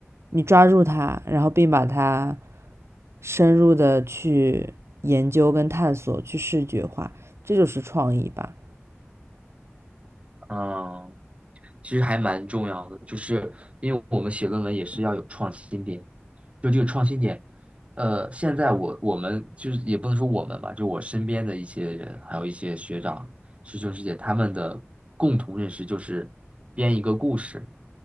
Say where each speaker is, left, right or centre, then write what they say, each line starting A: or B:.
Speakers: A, on the right; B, on the right.
A: 你抓住它，然后并把它深入的去研究跟探索，去视觉化，这就是创意吧。
B: 嗯，其实还蛮重要的，就是因为我们写论文也是要有创新点，就这个创新点，呃，现在我我们就是也不能说我们吧，就我身边的一些人，还有一些学长、师兄师姐，他们的共同认识就是编一个故事